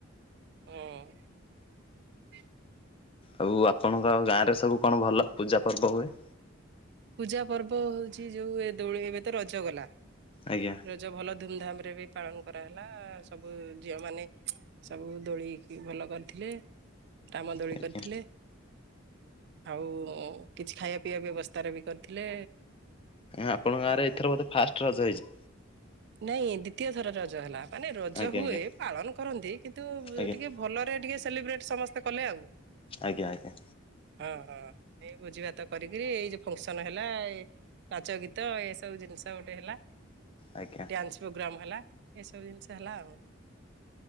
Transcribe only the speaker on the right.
ହଁ। <inaudible>
ପୂଜା ପର୍ବ ହଉଛି ଯୋଉଁ ଏ ଦୋଳ ଏବେ ତ ରଜ ଗଲା
ରଜ ଭଲ ଧୁମ ଧାମରେ ରେ ବି ପାଳନ କରାହେଲା ସବୁ ଝିଅ ମାନେ ସବୁ ଦୋଳିିକି ଭଲ କରିଥିଲେ। ରାମ ଦୋଳି
କରିଥିଲେ। ଆଉ କିଛି ଖାଇବା ପିଇବା ବ୍ୟବସ୍ଥା ତାର ବି କରିଥିଲେ।
ଆଉ
ନାଇଁ ଦ୍ଵିତୀୟ ଥର ରଜ ହେଲା। ମାନେ ରଜ
ହୁଏ
ପାଳନ କରନ୍ତି କିନ୍ତୁ
ଟିକେ ଭଲରେ ଟିକେ ସେଲିବ୍ରେଟ ସମସ୍ତେ କଲେ ଆଉ।
ହଁ ହଁ। ଏଇ ଭୋଜି ଭାତ କରିକିରି ଏଇ ଯୋଉ ଫଙ୍କସନ ହେଲା ଏ ନାଚ ଗୀତ ଏ ସବୁ ଜିନିଷ ଗୋଟେ ହେଲା।
ଡ୍ୟାନ୍ସ ପ୍ରୋଗ୍ରାମ ହେଲା। ଏସବୁ ଜିନିଷ ହେଲା ଆଉ।